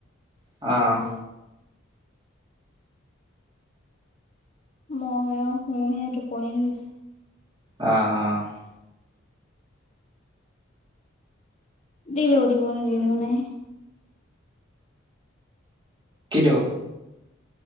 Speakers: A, on the right (about 25°); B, on the left (about 35°).
A: অ'!
B: মই আৰু শুমহে, টোপনি ধৰিছে।
A: অ' অ'!
B: দিলেও দিব, নিদিলেও নাই।
A: কিটো?